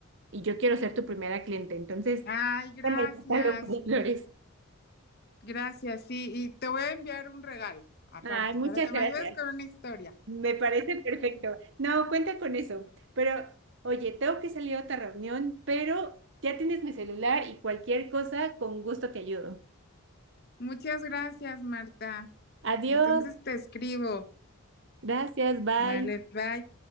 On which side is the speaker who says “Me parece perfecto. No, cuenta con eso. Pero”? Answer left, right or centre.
Right